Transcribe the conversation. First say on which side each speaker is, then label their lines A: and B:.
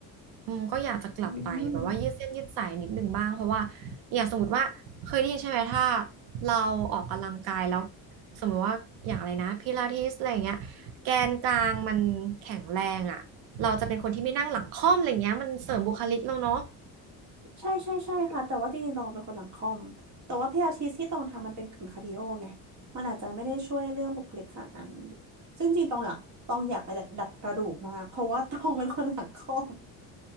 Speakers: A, on the right; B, on the right.
A: อืมก็อยากจะกลับไปแบบว่ายืดเส้นยืดสายนิดนึงบ้างเพราะว่า
B: อืม
A: อย่างสมมติว่าเคยได้ยินใช่ไหมถ้าเราออกกำลังกายแล้วสมมติว่าอย่างอะไรนะพิลาทิสอะไรอย่างเงี้ยแกนกลางมันแข็งแรงอะเราจะเป็นคนที่ไม่นั่งหลังค่อมอะไรเงี้ยมันเสริมบุคลิกเราเนาะ
B: ใช่ใช่ใช่ค่ะแต่ว่าจริงๆตองเป็นคนหลังคอมแต่ว่าเพี่อาทิตที่ตองทำมันเป็นกึ่งคาร์ดิโอไงมันอาจจะไม่ได้ช่วยเรื่องบุคลิกขนาดนั้นซึ่งจริงๆตองอ่ะตองอยากไปดัดดัดกระดูกมากเพราะว่าตองเป็นคนหลังคอม